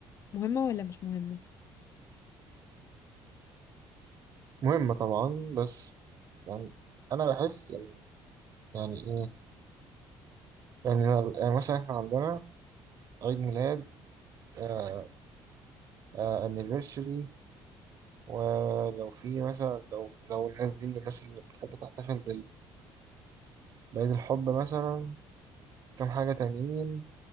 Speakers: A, on the left (about 45°); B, on the right (about 55°).
A: مهمة ولا مش مهمة؟
B: مهمة طبعا بس يعني انا بحس إن- يعني ايه يعني, أنا- يعني مثلا احنا عندنا عيد ميلاد آه آه anniversary ولو في مثلا لو لو الناس دي من الناس اللي بتحب تحتفل بعيد الحب مثلا كام حاجة تانيين